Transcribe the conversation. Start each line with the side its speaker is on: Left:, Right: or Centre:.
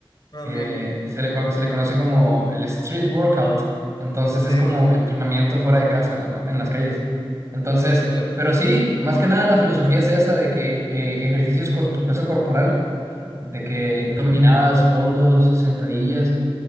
Left: Ah,
Right: eh,
Left: mira,
Right: se le, co- se le conoce como el street workout, entonces es
Left: ahí
Right: como
Left: va,
Right: entrenamiento fuera de casa, ¿no? En las calles. Entonces,
Left: claro, claro.
Right: pero sí, más que nada la filosofía es esa de que eh, ejercicios con tu peso corporal, de que dominadas, fondos, sentadillas,